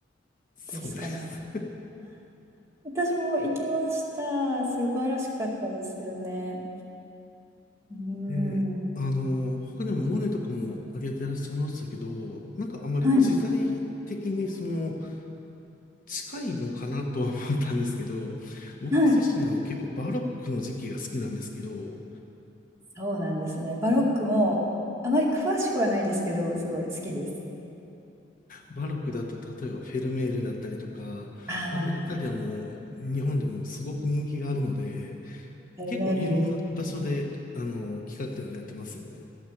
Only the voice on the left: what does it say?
そうです。
で、
あの、他にもモネとかも挙げてらっしゃいましたけど、なんかあまり時代的にその、
近いのかなとは思ったんですけど、僕自身あの結構バロックの時期が好きなんですけど、
バロックだと例えばフェルメールだったりとか、
あの辺りはもう日本でもすごく人気があるので、
結構いろんな場所であの企画展をやってますよね。